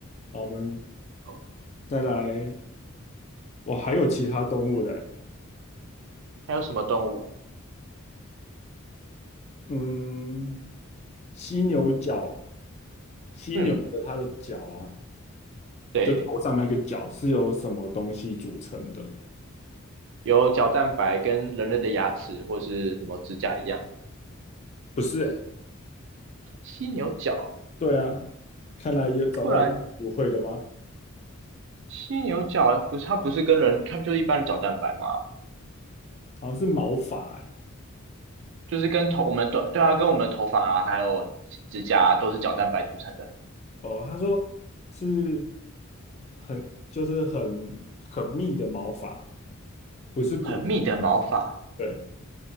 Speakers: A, on the left; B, on the right.
A: 好，我们
B: 哦
A: 再来，我还有其他动物的，
B: 还有什么动物？
A: 嗯，犀牛角，犀牛的它的角啊，
B: 嗯，对，
A: 就头上那个角是由什么东西组成的？
B: 有角蛋白跟人类的牙齿或是什么指甲一样，
A: 不是欸，
B: 犀牛角，
A: 对啊，看来有找到一个不会的吗？
B: 不然犀牛角不是它不是跟人，它不就是一般的角蛋白嘛，
A: 好像是毛发欸，
B: 就是跟头我们的对啊，跟我们的头发啊，还有指甲啊，都是角蛋白组成的，
A: 哦，他说是很就是很很密的毛发，不是骨头，
B: 很密的毛发
A: 对